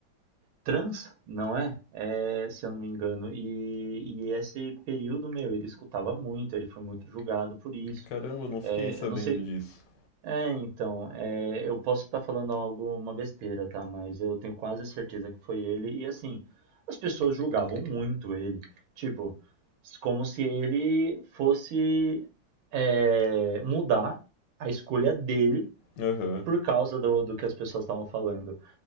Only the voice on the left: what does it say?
Caramba, eu não fiquei
sabendo
disso.
Aham.